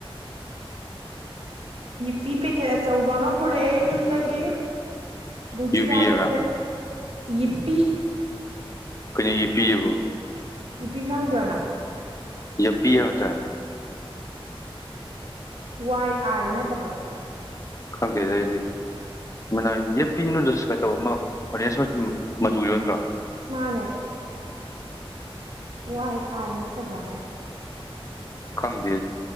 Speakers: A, on the right (about 75°); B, on the left (about 30°).
A: ꯄꯤꯤ ꯄꯦꯀꯦꯠ ꯑꯆꯧꯕ ꯑꯃ ꯄꯨꯔꯛꯑꯦ ꯌꯨꯝꯗꯒꯤ ꯕꯨꯖꯤꯌꯥ
B: ꯌꯨꯕꯤ ꯍꯥꯏꯕ
A: ꯄꯦ ꯀꯦ ꯏꯕꯤ
B: ꯀꯩꯅꯣ ꯌꯦ ꯄꯤꯔꯤꯕꯣ
A: ꯅꯨꯄꯤ ꯈꯪꯗ꯭ꯔꯣꯅ
B: ꯌꯥ ꯄꯤ ꯑꯣ ꯆꯦ
A: ꯋꯥꯏ ꯑꯥꯏ ꯅꯠꯇꯕ꯭ꯔꯥ
B: ꯈꯪꯗꯦꯗ ꯑꯩꯗꯤ ꯃꯅꯥ ꯌꯦ ꯄꯤꯅꯨꯗꯁꯨ ꯀꯩꯗꯧꯕꯃ ꯍꯣꯔꯦꯟ ꯃꯆꯨꯒꯤ ꯅꯠꯇ꯭ꯔꯣ
A: ꯃꯥꯅꯦ ꯋꯥꯏ ꯑ ꯅꯠꯇꯕ꯭ꯔꯥꯅꯦ
B: ꯈꯪꯗꯦ